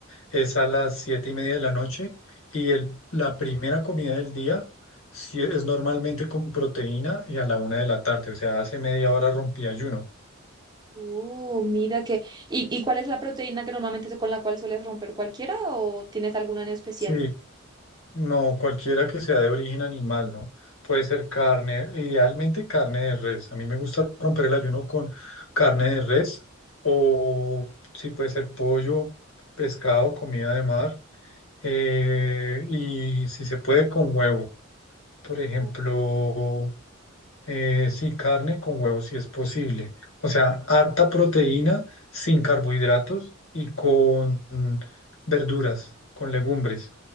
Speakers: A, on the left (about 70°); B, on the right (about 20°).
A: es a las siete y media de la noche y el, la primera comida del día sí es normalmente con proteína y a la una de la tarde, o sea, hace media hora rompí ayuno.
B: Oh, mira que. ¿Y, y cuál es la proteína que normalmente con la cual sueles romper cualquiera o tienes alguna en especial?
A: Sí, no, cualquiera que sea de origen animal, ¿no? Puede ser carne, idealmente carne de res. A mí me gusta romper el ayuno con carne de res o sí puede ser pollo, pescado, comida de mar eh, y si se puede con huevo. Por ejemplo,
B: Ok,
A: Eh, sí, carne con huevos si es posible. O sea, harta proteína sin carbohidratos y con mm, verduras, con legumbres.